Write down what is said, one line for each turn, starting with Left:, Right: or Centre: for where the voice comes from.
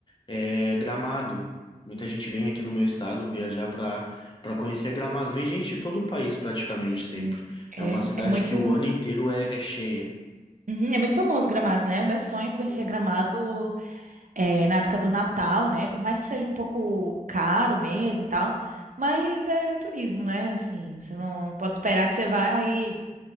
Left: é Gramado. Muita gente vem aqui no meu estado viajar para para conhecer Gramado. Vem gente de todo o país praticamente sempre.
Right: uhum.
Left: É
Right: É,
Left: uma cidade
Right: é muito,
Left: que o ano inteiro é, é cheia.
Right: uhum, é muito famoso Gramado, né? O meu sonho é conhecer
Left: Sim.
Right: Gramado é, na época do Natal, né? Por mais que seja um pouco caro mesmo e tal, mas é turismo, né? Assim, você não pode esperar que você vai